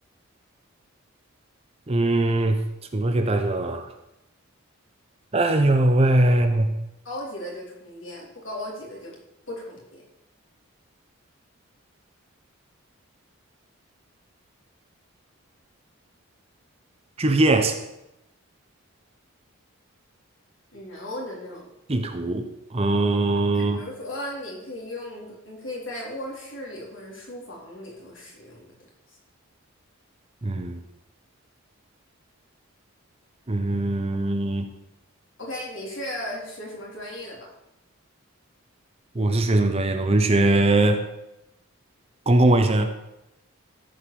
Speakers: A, on the right; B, on the left.
A: 嗯，什么东西可以代替大脑啊？哎呦喂，
B: 高级的就充电，不高级的就不充电。
A: GPS
B: No no no，
A: 地图，嗯
B: 就比如说你可以用，你可以在卧室里或者书房里头使用的东西。
A: 嗯嗯，
B: OK，你是学什么专业的吧？
A: 我是学什么专业的？我是学公共卫生